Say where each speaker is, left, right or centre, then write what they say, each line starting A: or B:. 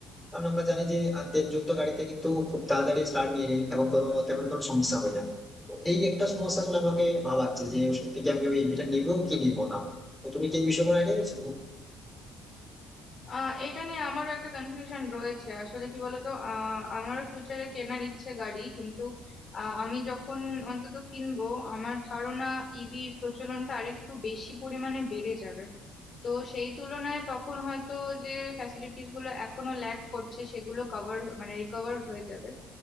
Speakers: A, in the centre; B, on the left.
A: কারণ আমরা জানি যে আহ, তেলযুক্ত গাড়িতে কিন্তু খুব তাড়াতাড়ি স্টার্ট নিয়ে নেয় এবং কোনো তেমন কোনো সমস্যা হয় না তো এই একটা সমস্যা আসলে আমাকে ভাবাচ্ছে যে সত্যি কি আমি ওই ইভিটা নিবো কি নিবো না তো তুমি কি এই বিষয়ে কোনো আইডিয়া রয়েছে তোমার?
B: আহ এটা নিয়ে আমারও একটা কনফিউশন রয়েছে আসলে কি বলতো আহ আমারও ফিউচারে কেনার ইচ্ছে গাড়ি কিন্তু আহ, আমি যখন অন্তত কিনবো আমার ধারণা ইভির প্রচলনটা আরেকটু বেশি পরিমাণে বেড়ে যাবে তো সেই তুলনায় তখন হয়তো যে ফ্যাসিলিটিস গুলো এখনো ল্যাক করছে সেগুলো কভার মানে রিকভার হয়ে যাবে